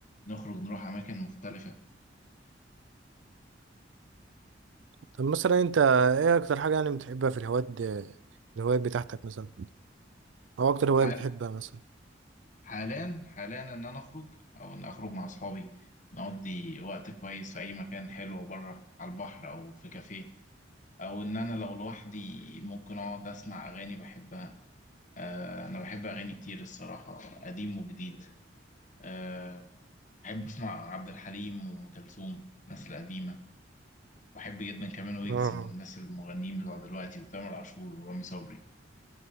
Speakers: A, on the left; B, on the right.
A: نخرج نروح أماكن مختلفة
B: طب مثلا أنت إيه أكتر حاجة يعني بتحبها في الهوايات دي- الهوايات بتاعتك مثلا أو أكتر هواية
A: حال
B: بتحبها مثلا
A: حاليا حاليا إن أنا أخرج أو إن أخرج مع أصحابي نقضي وقت كويس في أي مكان حلو بره على البحر أو في كافيه أو إن أنا لو لوحدي ممكن أقعد أسمع أغاني بحبها آه، أنا بحب أغاني كتير الصراحة قديم وجديد آه، أحب أسمع عبد الحليم وأم كلثوم الناس القديمة وأحب جدا كمان ويجز
B: آه
A: من الناس المغنيين بتوع دلوقتي وتامر عاشور ورامي صبري